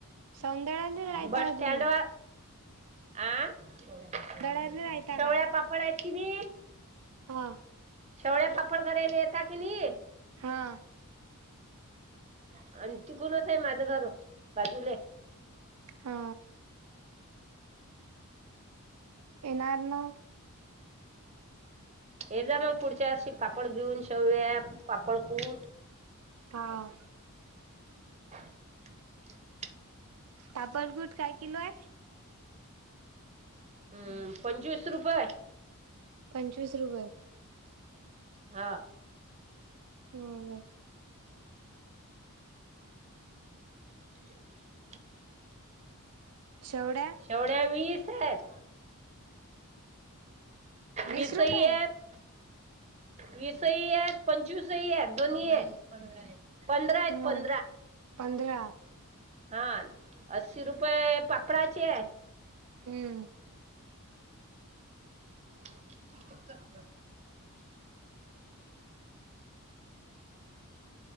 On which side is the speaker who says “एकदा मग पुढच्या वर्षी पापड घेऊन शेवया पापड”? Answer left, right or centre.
Right